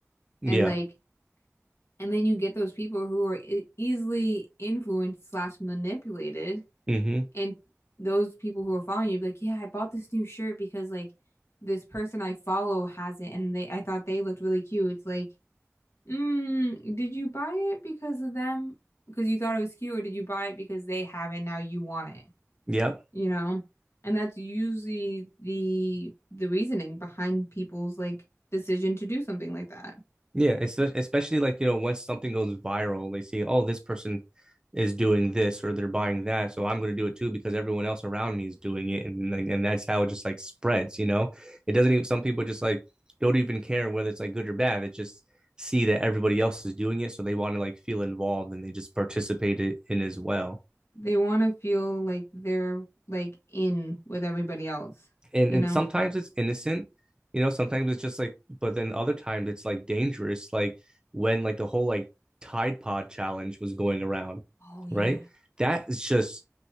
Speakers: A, on the right (about 15°); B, on the left (about 60°).
A: Yeah.
B: And like, and then you get those people who are e easily influenced slash manipulated,
A: Mm-hmm.
B: and those people who are following you be like, yeah, I bought this new shirt because like this person I follow has it, and they I thought they looked really cute. It's like. Mm, did you buy it because of them? Because you thought it was cute, or did you buy it because they have it now you want it?
A: Yep.
B: You know? And that's usually the the reasoning behind people's like decision to do something like that.
A: Yeah, it's especially like, you know, once something goes viral, they see, oh, this person is doing this or they're buying that, so I'm going to do it too because everyone else around me is doing it, and like, and that's how it just like spreads, you know. It doesn't even some people just like don't even care whether it's like good or bad. It just see that everybody else is doing it, so they want to like feel involved and they just participate it in as well.
B: They want to feel like they're like in with everybody else,
A: and
B: you
A: and
B: know?
A: sometimes it's innocent, you know, sometimes it's just like, but then other times it's like dangerous, like when like the whole like Tide Pod challenge was going around,
B: Oh yeah.
A: right? That is just